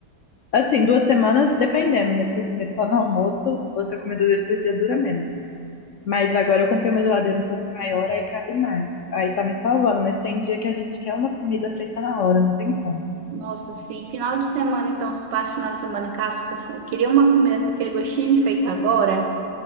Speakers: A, on the left; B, on the right.
A: Assim, duas semanas, dependendo, mas se eu comer só no almoço ou se eu comer duas vezes por dia, dura menos. Mas agora eu comprei uma geladeira um pouco maior, aí cabe mais. Aí tá me salvando, mas tem dia que a gente quer uma comida feita na hora, não tem como.
B: Nossa, assim, final de semana, então, se passa o final de semana em casa, fica assim, queria uma comida com aquele gostinho de feito agora.